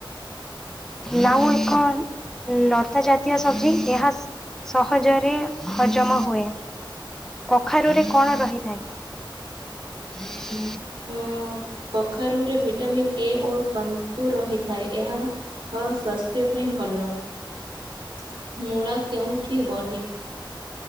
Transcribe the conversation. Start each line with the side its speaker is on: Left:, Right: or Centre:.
Centre: ଲାଉ ଏକ <unintelligible> ଜାତୀୟ ସବଜି। ଏହା ସହଜରେ ହଜମ ହୁଏ। କଖାରୁରେ କଣ ରହିଥାଏ? <inaudible>
Right: ଅଁ କଖାରୁରେ ଭିଟାମିନ୍ ଏ ଓ ତନ୍ତୁ ରହିଥାଏ, ଏହା <unintelligible> <unintelligible> ମୂଳା କେଉଁଠି ବଢେ?